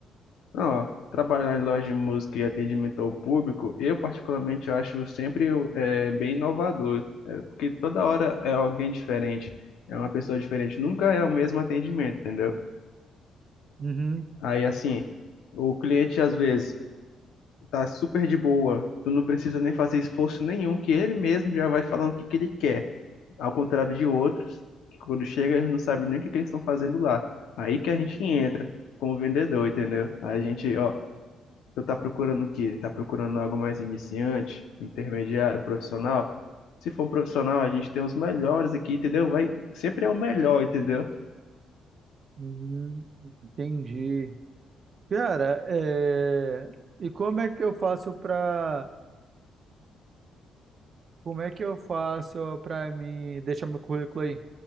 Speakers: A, on the left (about 85°); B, on the right (about 50°).
A: Não, ó, trabalhar em loja de música e atendimento ao público, eu particularmente acho sempre é, bem inovador, é, porque toda hora é alguém diferente, é uma pessoa diferente, nunca é o mesmo atendimento, entendeu?
B: Uhum,
A: Aí assim, o cliente às vezes tá super de boa, tu não precisa nem fazer esforço nenhum, que ele mesmo já vai falando o que que ele quer. Ao contrário de outros, que quando chega eles não sabem nem o que, que eles estão fazendo lá. Aí que a gente entra como vendedor, entendeu? Aí a gente, ó, você tá procurando o quê? Tá procurando algo mais iniciante, intermediário, um profissional? Se for um profissional, a gente tem os melhores aqui, entendeu? Vai, sempre é o melhor, entendeu?
B: uhum, entendi. Cara, é, e como é que eu faço pra. Como é que eu faço pra mim deixar meu currículo aí?